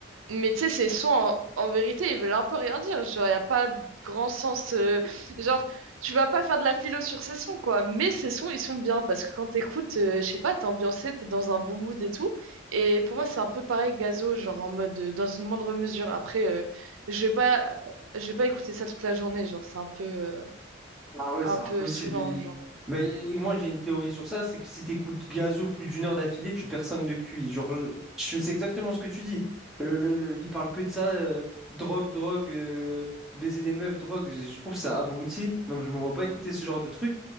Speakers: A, on the right; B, in the centre.
A: mais tu sais, ses sons, en, en vérité, ils veulent un peu rien dire. Genre, il n'y a pas de grand sens. euh, Genre, tu vas pas faire de la philo sur ses sons, quoi. Mais ses sons, ils sont bien parce que quand t'écoutes, euh, je sais pas, t'es ambiancé, t'es dans un bon mood et tout. Et pour moi, c'est un peu pareil que Gazo, genre en mode, euh, dans une moindre mesure. Après, euh, je vais pas, je vais pas écouter ça toute la journée, genre, c'est un peu, euh,
B: Ah ouais,
A: un
B: c'est
A: peu
B: impossible.
A: saoulant,
B: Il-
A: genre.
B: Mais moi, j'ai une théorie sur ça, c'est que si t'écoutes Gazo plus d'une heure d'affilée, tu perds 5 de QI. Genre, je... je- c'est exactement ce que tu dis. Le, le- le- Il parle que de ça, euh, drogue, drogue, euh, baiser des meufs, drogue. Je je trouve ça abruti, donc je me vois pas écouter ce genre de truc.